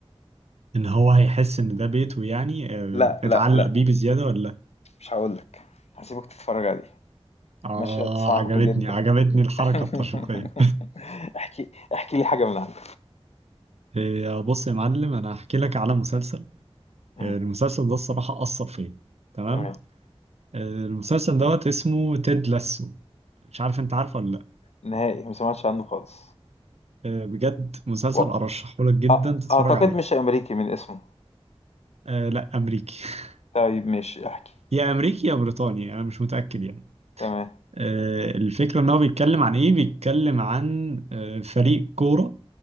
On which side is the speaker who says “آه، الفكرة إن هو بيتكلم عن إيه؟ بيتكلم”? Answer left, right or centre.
Right